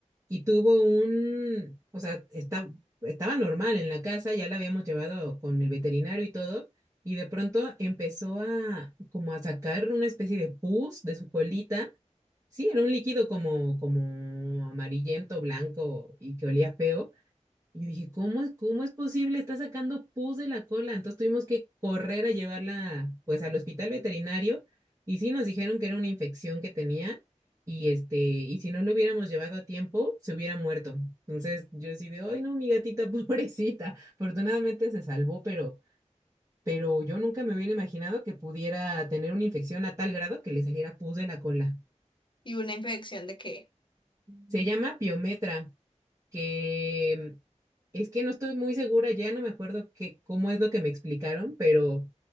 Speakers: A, on the right; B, on the left.
A: y tuvo un, o sea, está, estaba normal en la casa, ya la habíamos llevado con el veterinario y todo, y de pronto empezó a como a sacar una especie de pus de su colita. Sí, era un líquido como, como amarillento, blanco y que olía feo. Y yo dije, ¿cómo, es- cómo es posible? Está sacando pus de la cola. Entonces tuvimos que correr a llevarla, pues, al hospital veterinario. Y sí, nos dijeron que era una infección que tenía. Y este, y si no lo hubiéramos llevado a tiempo, se hubiera muerto. Entonces yo sí de, ay, no, mi gatita, <laughs> pobrecita. Afortunadamente se salvó, pero, pero yo nunca me hubiera imaginado que pudiera tener una infección a tal grado que le saliera pus de la cola.
B: ¿Y una infección de qué?
A: Se llama piometra, que Es que no estoy muy segura, ya no me acuerdo qué, cómo es lo que me explicaron, pero